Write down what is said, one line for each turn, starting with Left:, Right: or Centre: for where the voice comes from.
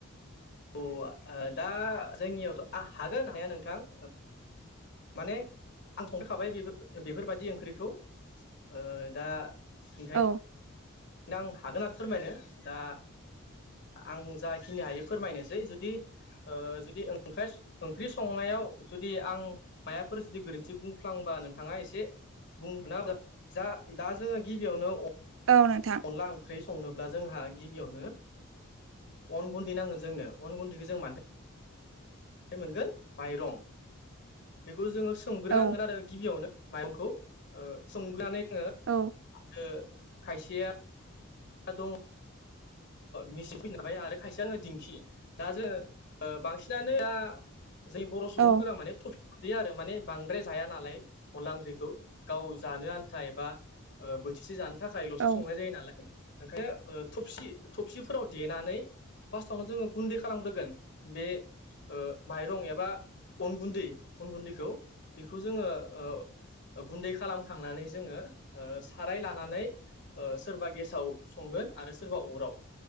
Left: अ' आ दा जोंनियावथ' आ हागोन हानाया नोंथां। माने आं संखांखाबाय बेफोर-बेफोरबायदि ओंख्रिखौ। ओ दा <unintelligible>
Right: औ
Left: नोदां हागोन आरो फोरमायनो दा। आं जाखिनि हायो फोरमायनोसै जुदि ओ जुदि ओं ओंख्रि संनायाव जुदि आं मायाफोर जुदि गोरोन्थि बुंफ्लांबा नोंथाङा एसे <unintelligible> जा दा जोंङो गिबियावनो।
Right: औ नो
Left: अनला ओंख्रि स संनोब्ला जोंहा गिबियावनो ओ अन गुन्दै नांगोन जोंनो अन गुदिखौ जों मानि‌ मोनगोन माइरं बेखौ जोंङो सोमग्रोनांगोन
Right: औ
Left: आरो। गिबियावनो माइरंखौ ओ सोमनानै जोंङो
Right: औ
Left: आरो खायसेया। दं। मिसिन फैखाबाय आरो खायसे जाबार दिंखि दा जोंङो ओ बांसिनानो। जों बर सुबुंफोरा
Right: औ
Left: माने देयो आरो माने बांद्राय जाया नालाय अनला ओंख्रिखौ गाव जानो आन्था एबा ओ बोथिसे जानो थाखायल'सो
Right: औ
Left: संनाय जायो नालाय ओंखायनो ओ थबसि थबसिफोराव देनानै फार्स्टावनो जोंङो गुन्दै खालामग्रोगोन बे ओ माइरं एबा अन गुन्दै अन गुन्दैखौ बेखौ जोंङो ओ गुन्दै खालामखांनानै जोंङो ओ साराय लानानै। ओ सोरबा गेसाव संगोन आरो सोरबा अराव।